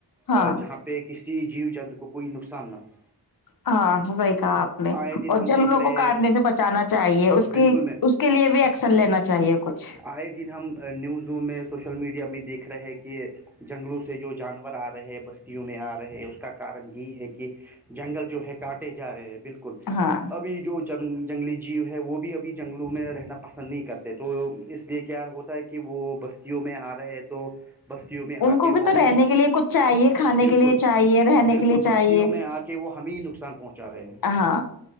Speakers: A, on the left; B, in the centre.
A: ہاں
B: جہاں پہ کسی جیو جنتو کو کوئی نقصان نہ ہو
A: ہاں صحیح کہا آپ نے
B: آئے دن
A: اور
B: ہم
A: جنگلوں
B: دیکھ رہے
A: کو کاٹنے سے بچانا چاہیے اس
B: بالکل
A: کی
B: میم
A: اس کے لیے بھی ایکشن لینا چاہیے کچھ
B: آئے دن ہم نیوزوں میں سوشل میڈیا میں دیکھ رہے کہ جنگلوں سے جو جانور آ رہے ہے بستیوں میں آ رہے ہے اس کا کارن یہی ہے کہ جنگل جو ہے کاٹے جا رہے ہیں بالکل
A: ہاں
B: اب جو جنگلی جیو ہے وہ بھی ابھی جنگلوں میں رہنا پسند نہیں کرتے تو اس لیے کیا ہوتا ہے کہ کہ وہ بستیوں میں آ رہے ہیں تو بستیوں میں
A: ان
B: آ کے
A: کو بھی
B: وہ
A: تو
B: ہمیں
A: رہنے کے لیے کچھ چاہیے کھانے
B: بالکل
A: کے لیے چاہیے رہنے
B: بالکل
A: کے لیے
B: بستیوں
A: چاہیے
B: میں آ کے کہ وہ ہمیں نقصان پہنچا رہے ہیں
A: ہاں